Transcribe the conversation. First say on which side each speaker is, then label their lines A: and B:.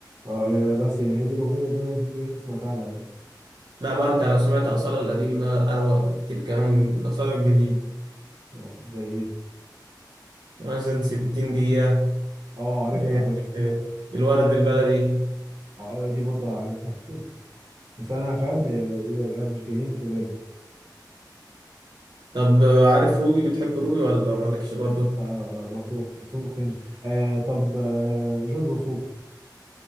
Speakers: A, on the right; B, on the right.
A: اه آه، يعني بس يعني هي دي الاغنيه اللي انا إيه سمعتها لها يعني
B: لا بقى انت لو سمعت آثار القديم بقى أروق بكتير كمان من آثار الجديد
A: آه، زي ايه
B: يعني مثلا ستين دقيقة
A: اه عارف
B: إيه،
A: عارف
B: إيه، الورد البلدي
A: اه آه، دي برضه عارفها <laughs> بس انا فاهم آه، يعني مش جايين في بالي
B: طب عارف روبي بتحب روبي ولا مالكش برضه؟
A: لا لا برضه بحسهم كرنج آه طب آه جورج وسوف